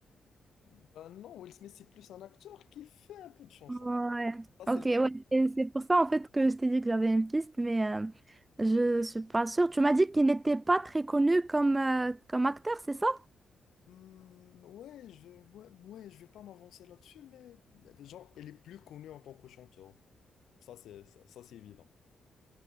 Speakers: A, on the left; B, on the right.
A: Ben non, Will Smith, c'est plus un acteur qui fait un peu de chansons.
B: Ouais.
A: Ça, c'est
B: Ok,
A: le
B: ouais. Et c'est pour ça en fait que je t'ai dit que j'avais une piste, mais euh, je suis pas sûre. Tu m'as dit qu'il n'était pas très connu comme, euh, comme acteur, c'est ça?
A: Hmm, ouais, je vais, ouais, ouais, je vais pas m'avancer là-dessus, mais mais genre, elle est plus connue en tant que chanteur. Ça, c'est ça, ça, c'est évident.